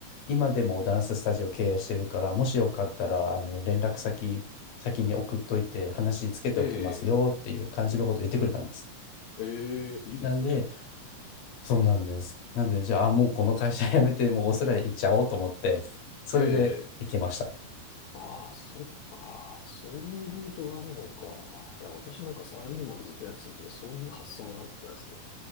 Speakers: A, on the left; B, on the left.
A: 今でもダンススタジオ経営してるから、もしよかったらあの連絡先先に送っといて話つけておきますよっていう感じのことを言ってくれたんです。
B: ええ、ええ、いいですね。
A: なんで、そうなんです。なんで、じゃあ、もうこの会社辞めて、もうオーストラリア行っちゃおうと思って、それで行きました。
B: ええ、ああ、そっか。そういうルートがあるのか。いや、私なんかサラリーマンずっとやってたので、そういう発想がなかったですね。